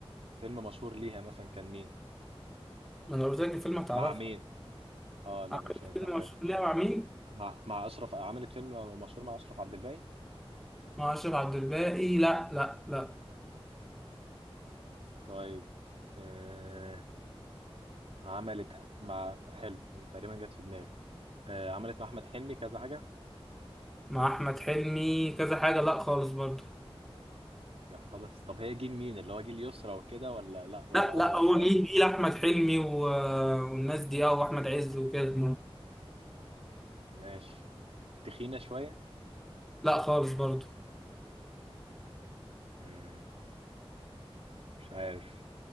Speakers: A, on the right; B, in the centre.
A: فيلم مشهور ليها مثلا كان مين
B: ما انا قلت لك الفيلم هتعرفها
A: مع مين اه لا
B: عارف
A: مش
B: الفيلم
A: هينفع فعلا
B: مشهور ليها مع مين؟
A: مع مع أشرف عملت فيلم مشهور مع أشرف عبد الباقي
B: مع أشرف عبد الباقي لا لا لا
A: طيب آه عملت مع حلو تقريبا جت في دماغي آه عملت مع أحمد حلمي كذا حاجة
B: مع أحمد حلمي كذا حاجة لا خالص برضه
A: لا خلاص طب هي جيل مين اللي هو جيل يسرا وكده ولا لا ولا
B: لا لا
A: اصغر
B: هو
A: شويه
B: جيل جيل أحمد حلمي و... والناس دي اه وأحمد عز وكده
A: ماشي تخينه شويه
B: لا خالص برضو
A: امم مش عارف